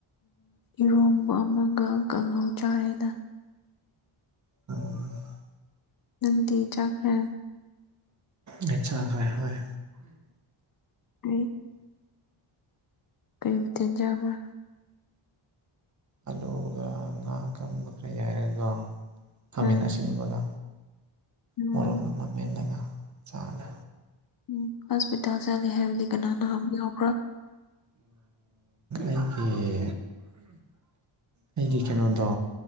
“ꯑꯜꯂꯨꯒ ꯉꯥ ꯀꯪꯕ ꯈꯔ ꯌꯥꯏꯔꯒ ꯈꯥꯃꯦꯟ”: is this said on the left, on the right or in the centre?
Right